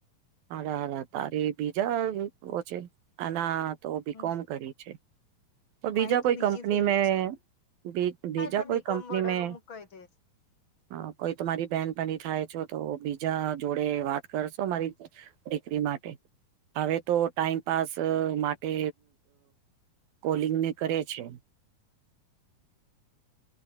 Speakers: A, on the right; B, on the left.
A: હરા હરા તારી બીજા ઓ છે એના તો બીકોમ
B: હમ
A: કરી છે તો બીજા
B: મારી
A: કોઈ
B: બીજી
A: કંપની
B: ફિલ્ડ
A: મેં
B: છે
A: ભેજ ભેજા
B: હા એટલે
A: કોઈ
B: બીકોમ
A: કંપની
B: વાળાનું
A: મે
B: હું કહી દઈશ.
A: હ કોઈ તુમારી બેન બની થાય છો તો બીજા જોડે વાત કરશો મારી દીકરી માટે હવે તો ટાઈમપાસ માટે કોલિંગને કરે છે